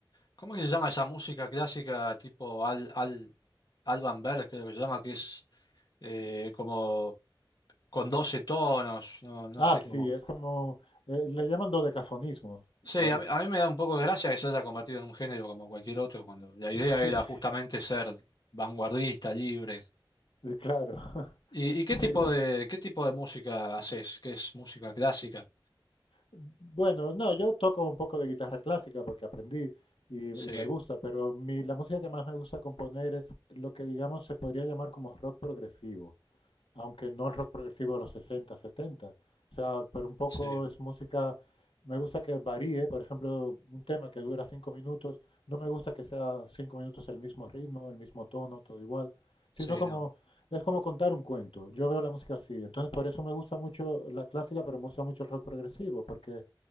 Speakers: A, on the left (about 55°); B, on the left (about 80°).
A: ¿cómo que se llama esa música clásica tipo Al, Al, Alban Berg, creo que se llama, que es eh, como con 12 tonos, no, no
B: Ah,
A: sé
B: sí,
A: cómo.
B: es como, eh, le llaman dodecafonismo
A: Sí,
B: a
A: a
B: ese.
A: mí, a mí me da un poco de gracia que se haya convertido en un género como cualquier otro, cuando la idea
B: <laughs>
A: era
B: Sí,
A: justamente ser vanguardista, libre.
B: eh, claro. <laughs>
A: ¿Y, y qué
B: Sí.
A: tipo
B: sí.
A: de, qué tipo de música haces? ¿Qué es música clásica?
B: Bueno, no, yo toco un poco de guitarra clásica porque aprendí y, y
A: Sí,
B: me gusta, pero mi, la música que más me gusta componer es lo que digamos se podría llamar como rock progresivo. aunque no el rock progresivo de los 60, 70. O sea, pero un poco
A: sí,
B: es música, me gusta que varíe, por ejemplo, un tema que dura cinco minutos, no me gusta que sea cinco minutos el mismo ritmo, el mismo tono, todo igual, sino
A: sí,
B: como,
A: no.
B: es como contar un cuento. Yo veo la música así, entonces por eso me gusta mucho la clásica, pero me gusta mucho el rock progresivo, porque